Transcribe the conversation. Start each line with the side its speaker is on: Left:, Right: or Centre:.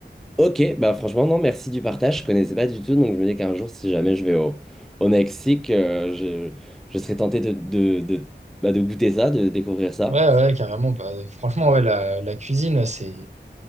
Centre: Ok, bah franchement, non, merci du partage. Je connaissais pas du tout, donc je me dis qu'un jour, si jamais je vais au, au Mexique, euh, je, je serais tenté de, de, de, bah, de goûter ça, de découvrir ça.
Right: Ouais, ouais, carrément. bah, franchement, ouais, la, la cuisine, c'est,